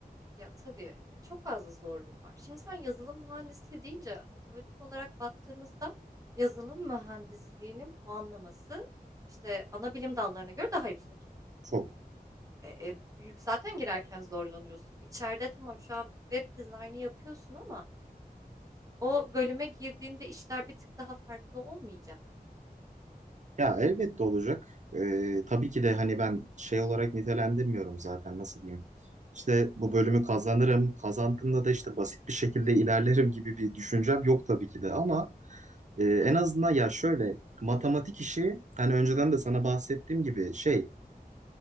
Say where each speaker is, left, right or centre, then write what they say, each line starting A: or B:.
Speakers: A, on the right (about 20°); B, on the right (about 50°).
A: Ya tabii ya çok fazla zorluğu var. Şimdi sen yazılım mühendisliği deyince otomatik olarak baktığımızda yazılım mühendisliğinin puanlaması işte ana bilim dallarına göre daha yüksek.
B: Çok.
A: E, e, büyük zaten girerken zorlanıyorsun. İçeride tamam şu an web dizaynı yapıyorsun ama o bölüme girdiğinde işler bir tık daha farklı olmayacak mı?
B: Ya elbette olacak. Ee, tabii ki de hani ben şey olarak nitelendirmiyorum zaten nasıl diyeyim. İşte bu bölümü kazanırım, kazandığımda da işte basit bir şekilde ilerlerim gibi bir düşüncem yok tabii ki de ama e, en azından ya şöyle matematik işi hani önceden de sana bahsettiğim gibi şey